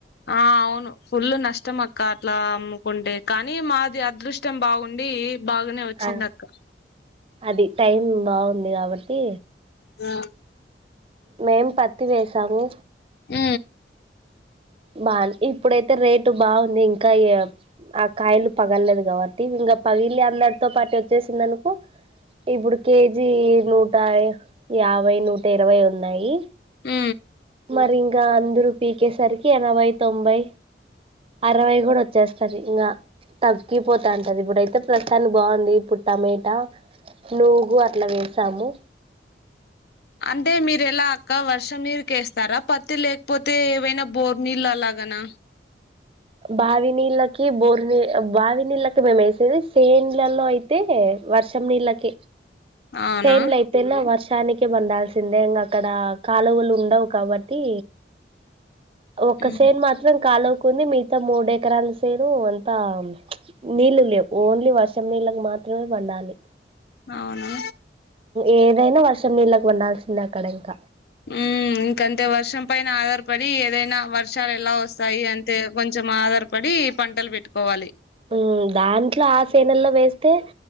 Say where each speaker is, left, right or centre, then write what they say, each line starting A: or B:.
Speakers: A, on the left; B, on the right.
A: ఆ అవును ఫుల్ నష్టమక్క అట్లా అమ్ముకుంటే కానీ మాది అదృష్టం బాగుండి బాగానే వచ్చింది
B: ఆ
A: అక్క
B: అది టైం బాగుంది కాబట్టి
A: ఆ
B: మేమ్ పతు వేసాము
A: ఉ
B: బా ఇప్పుడైతే రేటు బాగుంది ఇంకా ఈ ఆ కాయలు పగలలేదు కాబట్టి, ఇంగ పగిలి అందరితో పాటు వచ్చేసిందనుకో, ఇప్పుడు కేజీ నూట యాభై, నూట ఇరవై ఉన్నాయి.
A: మ్
B: మరింగ అందరూ పీకేసరికి ఎనవై, తొంభై అరవై కూడా వచ్చేస్తది ఇంగ. తగ్గిపోతాంటది. ఇబ్బుడయితే, ప్రస్తుతానికి బాగుంది ఇప్పుడు టమేటా. నూగు అట్ల వేసాము.
A: అంటే మీరు ఎలా అక్క? వర్షం నీరుకెస్తారా పత్తి, లేకపోతే, ఏవైనా బోర్ నీళ్ళు అలాగ గనా?
B: బావి నీళ్ళకి బోరు నీ, బావి నీళ్ళకి మేమేసేది. సేండ్లలో అయితే, వర్షం నీళ్లకే.
A: అవునా
B: సేండ్లయితేనా వర్ష తానికి పండాల్సిందే. ఇంక అక్కడ కాలువలు ఉండవు కాబట్టి, ఒక్క
A: ఉమ్
B: సేన్ మాత్రం కాలవ్ కుంది మిగతా మూడు ఎకరాలు సేను అంతా నీళ్ళు లేవు. ఓన్లీ వర్షం నీళ్ళకి మాత్ త్రమే పండాలి.
A: అవునా!
B: ఏదైన వర్షం నీళ్ళకి వండాల్సిందే అక్కడ ఇంక
A: మ్ ఇంకంతే. వర్షం పైన ఆధారపడి ఏదైనా వర్ వర్షాలు ఎలా వస్తాయి అంటే, కొంచెం ఆధారపడి పంటలు పెట్టుకోవాలి.
B: మ్ దాంట్లో ఆ సేనల్లో వేస్తే